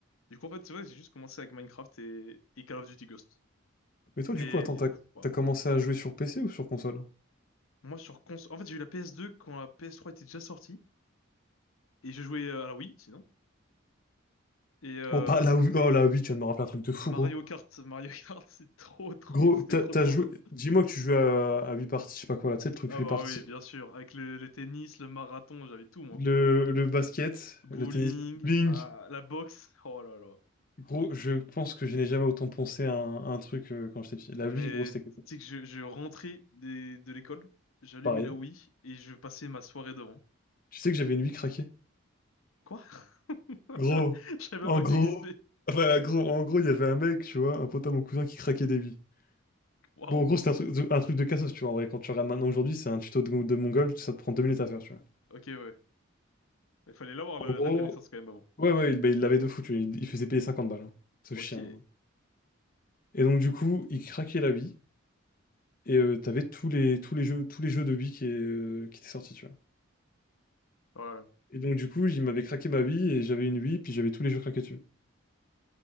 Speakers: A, on the left (about 80°); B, on the left (about 40°).
A: Du coup, en fait, c'est vrai, que j'ai juste commencé avec Minecraft et, et Call of Duty Ghost.
B: Mais toi,
A: Mais
B: du coup, attends, t'as,
A: pff, waouh,
B: t'as commencé à jouer sur PC ou sur console?
A: moi sur cons, en fait, j'ai eu la PS2 quand la PS3 était déjà sortie et je jouais euh, à la Wii, sinon. Et euh,
B: Oh, pas, là, oui, oh, là, oui, tu viens de me rappeler un truc de fou,
A: Mario
B: gros.
A: Kart, Mario <laughs> Kart, c'est trop, trop,
B: Gros,
A: c'était
B: t'as,
A: trop,
B: t'as
A: trop
B: joué...
A: bien.
B: Dis-moi que tu joues à, à huit parties, je sais pas quoi, là, tu sais, le truc
A: Ah
B: 8
A: bah
B: parties.
A: oui, bien sûr. Avec le, le tennis, le marathon, j'avais tout, moi.
B: Le, le basket,
A: Bowling,
B: le tennis, le bowling.
A: ah, la boxe. Oh là là.
B: Gros, je pense que je n'ai jamais autant pensé à un, un truc euh, quand j'étais petit. La
A: Mais
B: Wii, gros, c'était quelque chose.
A: tu sais que je, je rentrais des- de l'école, j'allumais
B: pareil.
A: la Wii et je passais ma soirée devant.
B: Tu sais que j'avais une Wii craquée?
A: Quoi? <laughs>
B: Gros,
A: Je savais même
B: en
A: pas
B: gros,
A: que ça existait.
B: enfin, gros, en gros, il y avait un mec, tu vois, un pote à mon cousin qui craquait des billes.
A: Waouh.
B: Bon, en gros, c'était un truc, de- un truc de cassos, tu vois. En vrai, quand tu regardes maintenant aujourd'hui, c'est un tuto de, de Mongol, ça te prend deux minutes à faire, tu vois.
A: Ok, ouais. Il fallait l'avoir, le-
B: En gros,
A: la connaissance quand même avant.
B: ouais, ouais, il, bah, il l'avait de fou, tu vois. Il, il faisait payer 50 balles, hein, ce
A: Ok.
B: chien, gros. Et donc, du coup, il craquait la bille, et euh, t'avais tous les, tous les jeux, tous les jeux de billes qui, euh, qui étaient sortis, tu vois.
A: Ouais.
B: Et donc, du coup, il m'avait craqué ma bille, et j'avais une bille, puis j'avais tous les jeux craqués dessus.